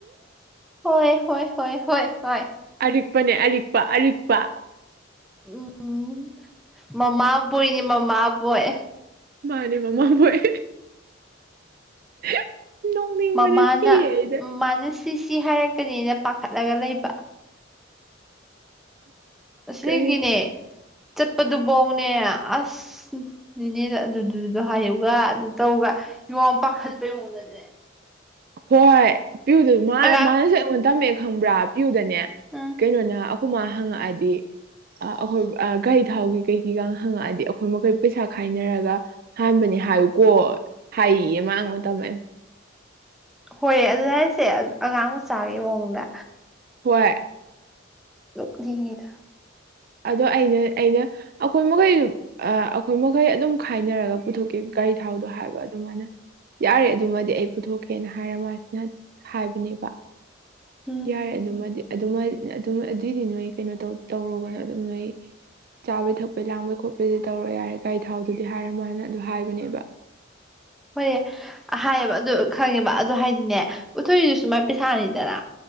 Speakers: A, in the centre; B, on the right.
A: ꯍꯣꯏ ꯍꯣꯏ ꯍꯣꯏ ꯍꯣꯏ ꯍꯣꯏ
B: ꯑꯔꯤꯛꯄꯅꯦ ꯑꯔꯤꯛꯄ ꯑꯔꯤꯛꯄ
A: ꯎꯝ ꯃꯃꯥꯕꯣꯏꯅꯤ ꯃꯃꯥꯕꯣꯏ
B: ꯃꯥꯅꯦ ꯃꯥꯃꯥꯕꯣꯏ <unintelligible> ꯅꯣꯡꯅꯤꯡꯕꯅ
A: ꯃꯃꯥꯅ
B: ꯁꯤꯔꯦ ꯑꯩꯗ
A: ꯃꯥꯃꯥꯅ ꯁꯤ ꯁꯤ ꯍꯥꯏꯔꯛꯀꯅꯤꯅ ꯄꯥꯈꯠꯂꯒ ꯂꯩꯕ ꯑꯁꯦꯡꯒꯤꯅꯦ
B: ꯀꯔꯤ
A: ꯆꯠꯄꯗꯨꯚꯧꯅꯦ ꯑꯁ ꯍꯝ ꯅꯤꯅꯦꯗ ꯑꯗꯨꯗꯨꯗꯣ ꯍꯥꯏꯌꯨꯒ ꯑꯗꯨ ꯇꯧꯒ ꯌꯣꯡ ꯄꯥꯈꯠꯄꯩ ꯃꯑꯣꯡꯗ <unintelligible>
B: ꯍꯣꯏ ꯄꯤꯌꯨꯗ ꯃꯥꯅ
A: ꯑꯉꯥꯡ
B: ꯃꯥꯅꯁꯨ ꯑꯩꯉꯣꯟꯗ ꯇꯝꯃꯛꯑꯦ ꯈꯪꯕ꯭ꯔꯥ ꯄ꯭ꯌꯨꯗꯅꯦ
A: ꯎꯝ
B: ꯀꯩꯅꯣꯅ ꯑꯩꯈꯣꯏ ꯃꯥ ꯍꯪꯉꯛꯑꯗꯤ ꯑ ꯑꯩꯈꯣꯏ ꯑ ꯒꯥꯥꯔꯤ ꯊꯥꯎꯒꯤ ꯀꯩ ꯀꯩꯒꯤꯒ ꯍꯪꯉꯛꯑꯗꯤ ꯑꯩꯈꯣꯏ ꯃꯈꯩ ꯄꯩꯁꯥ ꯈꯥꯏꯅꯔꯒ ꯍꯥꯟꯕꯅꯤ ꯍꯥꯏꯌꯨꯀꯣ ꯍꯥꯏꯌꯦ ꯃꯥꯅ ꯑꯩꯉꯣꯟꯗ ꯇꯝꯃꯛꯏꯝ
A: ꯍꯣꯏ ꯑꯗꯨꯅꯦ ꯍꯥꯏꯁꯦ ꯑꯉꯥꯡ ꯃꯆꯥꯒꯤ ꯃꯑꯣꯡꯗ
B: ꯍꯣꯏ
A: ꯅꯣꯛꯅꯤꯡꯉꯤꯗ
B: ꯑꯗꯣ ꯑꯩꯅ ꯑꯩꯅ ꯑꯩꯈꯣꯏ ꯃꯈꯩꯖꯨ ꯑ ꯑꯩꯈꯣꯏ ꯃꯈꯩ ꯑꯗꯨꯝ ꯈꯥꯏꯅꯔꯒ ꯄꯨꯊꯣꯛꯀꯦ ꯒꯥꯔꯤ ꯊꯥꯎꯗꯣ ꯍꯥꯏꯕ ꯑꯗꯨ ꯃꯥꯅ ꯌꯥꯔꯦ ꯑꯗꯨꯃꯗꯤ ꯑꯩ ꯄꯨꯊꯣꯛꯀꯦꯅ ꯍꯥꯏꯔ ꯃꯥꯁꯤꯅ ꯍꯥꯏꯕꯅꯦꯕ
A: ꯎꯝ
B: ꯌꯥꯔꯦ ꯑꯗꯨꯃꯗꯤ ꯑꯗꯨꯃ ꯑꯗꯨꯝ ꯑꯗꯨꯏꯗꯤ ꯅꯣꯏ ꯀꯩꯅꯣ ꯇꯧ ꯇꯧꯔꯨꯒꯅꯣ ꯑꯗꯨꯝ ꯅꯣꯏ ꯆꯥꯕꯩ ꯊꯛꯄꯩ ꯂꯥꯡꯕꯩꯈꯣꯠꯄꯩꯗꯤ ꯇꯧꯔꯣ ꯌꯥꯔꯦ ꯒꯥꯥꯏ ꯊꯥꯎꯗꯨꯗꯤ ꯍꯥꯏꯔ ꯃꯥꯅ ꯑꯗꯨ ꯍꯥꯏꯕꯅꯦꯕ
A: ꯍꯣꯏꯌꯦ ꯍꯥꯏꯌꯦꯕ ꯑꯗꯨ ꯈꯪꯉꯦꯕ ꯑꯗꯨ ꯍꯥꯏꯗꯤꯅꯦ ꯄꯨꯊꯣꯛꯏꯗꯨꯁꯨ ꯃꯥꯏ ꯄꯩꯁꯥꯅꯤꯗꯅ